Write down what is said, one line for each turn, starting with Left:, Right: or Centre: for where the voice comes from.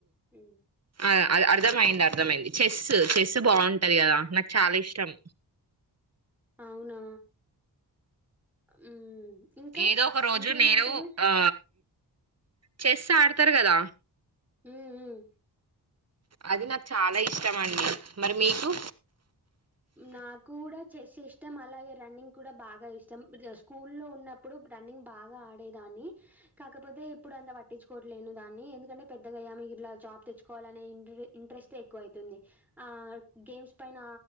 Centre: హ్మ్.
Right: ఆ అ అర్థమయింది అర్థమయింది చెస్ చెస్ బాగుంటది కదా నాకు చాలా ఇష్టం
Centre: అవునా హ్మ్ ఇంకా
Right: ఏదో ఒక రోజు
Centre: ఇంకేం
Right: నేను
Centre: ఆటలు?
Right: ఆ చెస్ ఆడతారు కదా
Centre: హ్మ్ హ్మ్
Right: అది నాకు చాలా ఇష్టం అండి మరి మీకు
Centre: నాకు కూడా చెస్ ఇష్టం అలాగే రన్నింగ్ కూడా బాగా ఇష్టం స్కూల్ లో ఉన్నప్పుడు రన్నింగ్ బాగా ఆడేదాన్ని న్ని కాకపోతే ఇప్పుడు అంత పట్టించుకోవట్లేను దాన్ని ఎందుకంటే పెద్దగాయ్యాం మిలా జాబ్ తెచ్చుకోవాలినే ఇన్ ఇంట్రెస్టే ఎక్కువ అయితుంది ఆ గేమ్స్ పైన